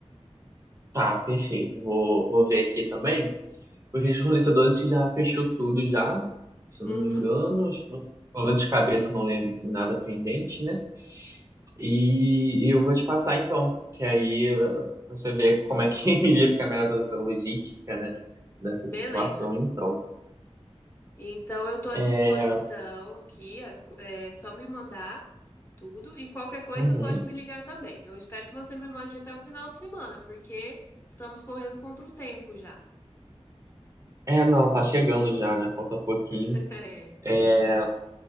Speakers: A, on the right; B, on the left.
A: Tá, perfeito. Vou, vou ver aqui também. Porque os fornecedores já fechou tudo já, se
B: Uhum.
A: eu não me engano. acho que- Pelo menos de cabeça eu não lembro se nada pendente, né? E, e eu vou te passar então, que aí eh, você vê como é que <laughs> iria ficar melhor toda essa logística, né? Dessa
B: Beleza.
A: situação, então.
B: Então eu estou à
A: É,
B: disposição aqui. É é só me mandar tudo e qualquer coisa
A: Uhum.
B: pode me ligar também. Eu espero que você me mande até o final de semana, porque estamos correndo contra o tempo já.
A: É, não, tá chegando já, né? Falta pouquinho.
B: <laughs> É,
A: É,